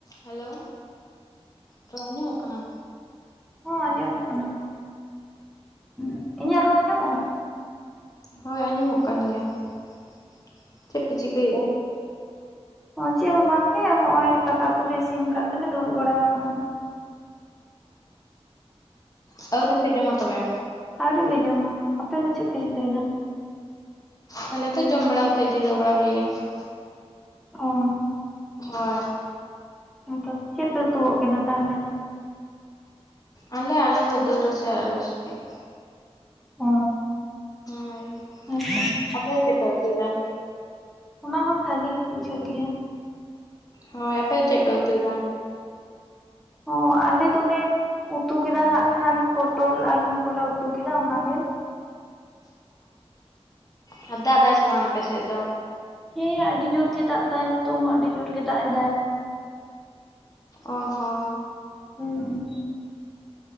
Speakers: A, on the left; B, in the centre.
A: Hello ᱨᱚᱲ ᱟᱸᱡᱚᱢᱚᱜ ᱠᱟᱱᱟ?
B: ᱦᱚᱸ ᱟᱸᱡᱚᱢᱚᱜ ᱠᱟᱱᱟ ᱨᱚᱲ ᱾ ᱤᱧᱟᱹᱜ ᱨᱚᱲ ᱟᱸᱡᱚᱢᱚᱜ ᱠᱟᱱᱟ?
A: ᱦᱳᱭ ᱟᱸᱡᱚᱢᱚᱜ ᱠᱟᱱ ᱜᱮᱭᱟ ᱾ ᱪᱮᱫ ᱯᱮ ᱪᱤᱠᱟᱹᱭᱮᱫᱼᱟ?
B: ᱚᱸ ᱪᱮᱫ ᱦᱚᱸ ᱵᱟᱝᱜᱮ ᱦᱚᱸᱜᱼᱚᱭ ᱫᱟᱠᱟ ᱩᱛᱩ ᱞᱮ ᱤᱥᱤᱱ ᱟᱠᱟᱫ ᱛᱮᱞᱮ ᱫᱩᱲᱩᱵ ᱵᱟᱲᱟ ᱠᱟᱱᱟ ᱾
A: ᱚ ᱟᱹᱣᱨᱤ ᱯᱮ ᱡᱚᱢᱟ ᱛᱚᱵᱮ?
B: ᱟᱹᱣᱨᱤ ᱞᱮ ᱡᱚᱢᱟ ᱾ ᱟᱯᱮ ᱫᱚ ᱪᱮᱫ ᱯᱮ ᱪᱤᱠᱟᱹᱭᱫᱟ?
A: ᱟᱞᱮ ᱫᱚ ᱡᱚᱢ ᱵᱟᱲᱟ ᱠᱟᱛᱮᱜ ᱡᱤᱨᱟᱹᱣ ᱵᱟᱲᱟ ᱦᱩᱭᱠᱟᱱᱟ ᱾
B: ᱚ᱾
A: ᱦᱳᱭ᱾
B: ᱦᱮᱸᱛᱚ ᱪᱮᱫ ᱯᱮ ᱩᱛᱩ ᱜᱚᱫ ᱠᱮᱫᱟ ᱛᱟᱦᱚᱞᱮ?
A: ᱟᱞᱮ ᱟᱞᱮ ᱫᱟᱹᱞ ᱨᱟᱥᱮ ᱟᱨ ᱟᱹᱞᱩ ᱥᱤᱯᱤ ᱾
B: ᱚ
A: ᱦᱳᱭ᱾
B: <unintelligible>
A: ᱟᱯᱮ ᱦᱚᱸ ᱪᱮᱫ ᱯᱮ ᱩᱛᱩᱭ ᱫᱟ?
B: ᱚᱱᱟ ᱦᱚᱸ ᱵᱷᱟᱜᱤ ᱜᱮ ᱵᱩᱡᱷᱟᱹᱜ ᱜᱮᱭᱟ ᱾
A: ᱦᱳᱭ ᱟᱯᱮ ᱪᱮᱫ ᱯᱮ ᱩᱛᱩᱭ ᱫᱟ?
B: ᱦᱚᱸ ᱟᱞᱮ ᱫᱚᱞᱮ ᱩᱛᱩ ᱠᱮᱫᱟ ᱦᱟᱸᱜ ᱠᱷᱟᱱ ᱯᱚᱴᱚᱞ ᱟᱞᱩ ᱠᱚᱞᱮ ᱩᱛᱩ ᱠᱮᱫᱟ ᱚᱱᱟ ᱜᱮ ᱾
A: ᱚ ᱟᱨ ᱫᱟᱜ ᱫᱟᱭ ᱥᱮ ᱵᱟᱝ ᱟᱯᱮ ᱥᱮᱫ ᱫᱚ?
B: ᱦᱮᱸ ᱟᱹᱰᱤ ᱡᱳᱨ ᱜᱮ ᱫᱟᱜ ᱫᱟᱭ ᱱᱤᱛᱚᱜ ᱦᱚᱸ ᱟᱹᱰᱤ ᱡᱳᱨ ᱜᱮ ᱫᱟᱜ ᱮᱫᱟᱭ ᱾
A: ᱚ ᱦᱚ᱾
B: ᱦᱩᱸ᱾